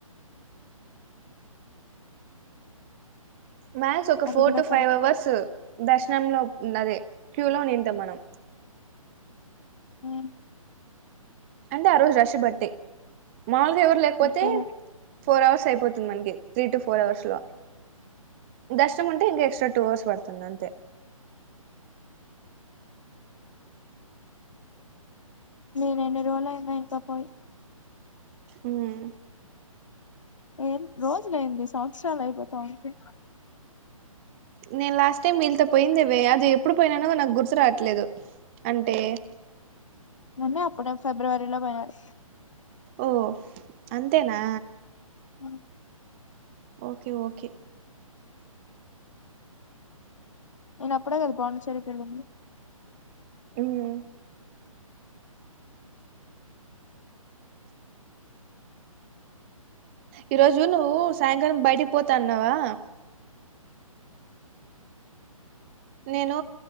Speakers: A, on the right (about 20°); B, on the left (about 60°).
A: మ్యాన్స్ ఒక
B: అది
A: ఫోర్
B: కూడా
A: టు ఫైవ్
B: కరెక్టే
A: అవర్స్ దర్శనంలో అదే క్యూలో నింటమ్ మనం
B: ఉమ్
A: అంటే ఆ రోజు రష్ బట్టే మామూలుగా ఎవరు లేకపోతే
B: సరే
A: ఫోర్ అవర్స్ అయిపోతుంది మనకి త్రీ టు ఫోర్ అవర్స్ లో దర్శనం ఉంటే ఇంకా ఎక్స్ట్రా టూ అవర్స్ పడుతుంది అంతే
B: నేను ఎన్ని రోజులయినా ఇంకా పోయి
A: ఉమ్
B: ఏ రోజులయంది సంవత్సరాలు అయిపోతా ఉడి
A: నేను లాస్ట్ టైం వీళ్లతో పోయిందేవే అది ఎప్పుడు పోయినానో నాకు గుర్తు రావట్లేదు అంటే
B: మొన్నే అప్పుడే ఫిబ్రవరిలో పోయినారు
A: ఓ అంతేనా
B: ఆ
A: ఓకే ఓకే
B: నేను అప్పుడే కదా పాండిచ్చేరి కెళ్ళింది
A: ఉమ్ ఈ రోజు నువ్వు సాయంకాలం బయడి పోతా అన్నావా నేను